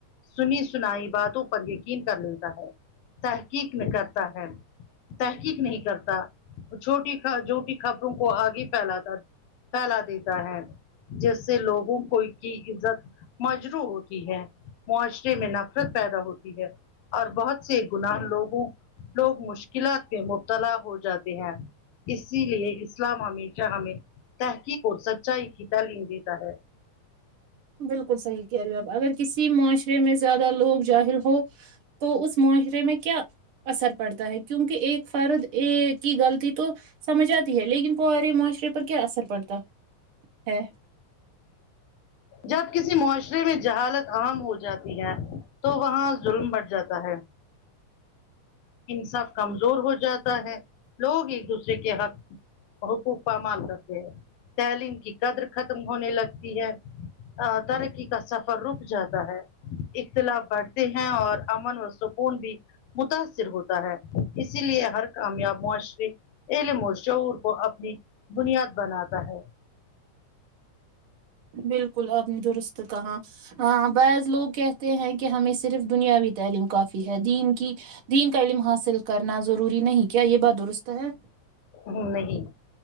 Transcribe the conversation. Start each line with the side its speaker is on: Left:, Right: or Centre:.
Left: سنی سنائی باتوں پر یقین کر لیتا ہے تحقیق میں کرتا ہے تحقیق نہیں کرتا چھوٹی جھوٹی خبروں کو آگے پھیلاتا پھیلا دیتا ہے جیس سے لوگوں کو کی عزت مجروح ہوتی ہے معاشرے میں نفرت پیدا ہوتی ہے اور بہت سے گناہ لوگوں لوگ مشکلات میں مبتلا ہو جاتے ہیں اسی لیے اسلام ہمیشہ ہمیں سیکھ اور سچائی کی تعلیم دیتا ہے
Right: بالکل صحیح کہہ رے ہو آپ اگر کسی معاشرے میں زیادہ لوگ جاہل ہو تو اس معاشرے میں کیا اثر پڑتا ہے کیونکہ ایک فرد ایک کی غلطی تو سمجھ آتی ہے لیکن فوری معاشرے پر کیا اثر پڑتا ہے
Left: جب کسی معاشرے میں جہالت عام ہو جاتی ہے تو وہاں ظلم بڑھ جاتا ہے انصاف کمزور ہو جا تا ہے لوگ ایک دوسرے کے حق حقوق پامال کرتے ہیں تعلیم کی قدر ختم ہونے لگتی ہے ا ترقی کا سفر رک جاتا ہے اختلاف بڑھتے ہیں اور امن و سکون بھی متاثر ہوتا ہے اسی لیے ہر کامیاب معاشرے علم اور شعور کو اپنی بنیاد بناتا ہے
Right: بالکل آپ نے درست کہااں بعض لوگ کہتے ہیں کہ ہمیں صرف دنیاوی تعلیم کافی ہے دین کی دین کا علم حاصل کرنا ضروری نہیں کیا یہ بات درست ہے
Left: ہ نہیں